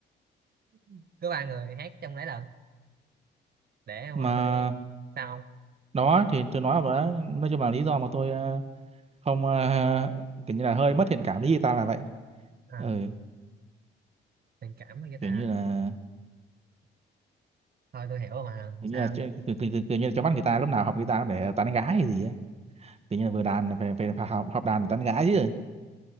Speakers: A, on the right; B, on the right.
A: <laughs> cứ ba người hát trong đấy lận để hồi
B: mà
A: tôi sao không
B: đó thì tôi nói mà đó, nói chung là lý do mà tôi ờ, không ờ, <laughs> kiểu như là hơi mất thiện cảm với guitar là vậy
A: à,
B: ừ
A: tình cảm với người ta
B: kiểu như là
A: thôi tôi hiểu rồi mà không
B: kiểu
A: sao
B: như là kiểu, kiểu, kiểu, kiểu như là cho bắt người ta lúc nào học guitar cũng để tán gái hay gì á kiểu như là vừa đàn về về phải học học đàn để tán gái chứ